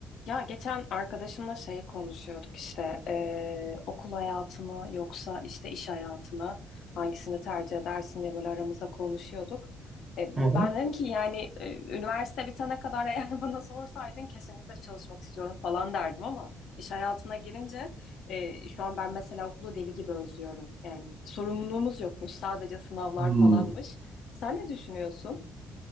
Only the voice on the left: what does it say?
Ya geçen arkadaşımla şey konuşuyorduk işte eee, okul hayatımı yoksa işte iş hayatımı hangisini tercih edersin diye böyle aramızda konuşuyorduk. E,
ben
dedim ki yani e, üniversite bitene kadar <laughs> eğer bana sorsaydın kesinlikle çalışmak istiyorum falan derdim ama iş hayatına girince e, şu an ben mesela okulu deli gibi özlüyorum. Yani sorumluluğumuz yokmuş sadece sınavlar
falanmış. Sen ne düşünüyorsun?